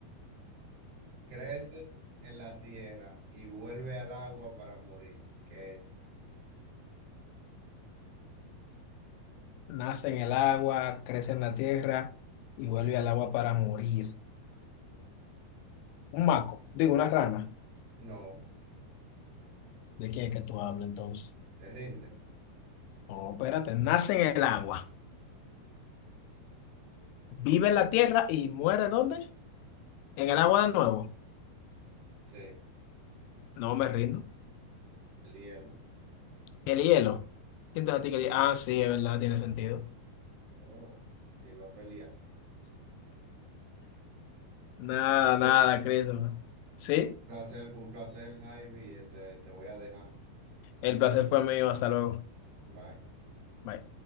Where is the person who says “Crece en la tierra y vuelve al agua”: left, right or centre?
Right